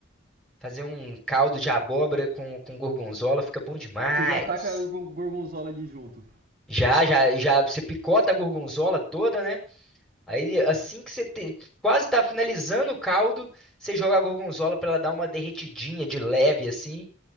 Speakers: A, in the centre; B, on the right.
A: Fazer um caldo de abóbora com, com gorgonzola fica bom demais.
B: Você já taca a gorgon- gorgonzola ali junto,
A: Já, já, já, você picota a gorgonzola toda, né? Aí, assim que você te- quase tá finalizando o caldo, você joga a gorgonzola pra ela dar uma derretidinha de leve, assim.